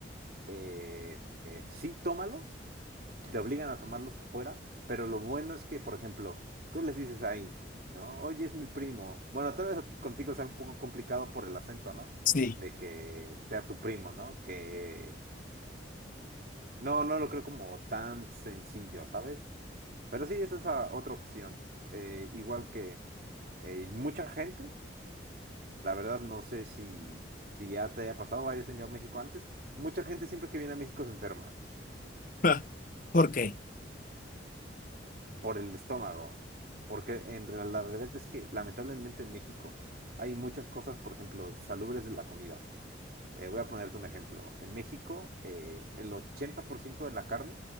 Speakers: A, on the right; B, on the left.
A: eh, eh, sí tómalos, te obligan a tomarlos afuera, pero lo bueno es que, por ejemplo, tú les dices ahí, ¿no? Oye, es mi primo. Bueno, tal vez contigo sea un poco complicado por el acento, ¿no?
B: Sí.
A: De que sea tu primo, ¿no? Que no, no lo creo como tan sencillo, ¿sabes? Pero sí, esa es ah, otra opción. Eh, igual que eh, mucha gente, la verdad no sé si, si ya te haya pasado, hayas venido a México antes, mucha gente siempre que viene a México se enferma.
B: <laughs> ¿Por qué?
A: por el estómago, porque en real- la realidad es que lamentablemente en México hay muchas cosas, por ejemplo, salubres de la comida. Eh, voy a ponerte un ejemplo. En México, eh, el 80% de la carne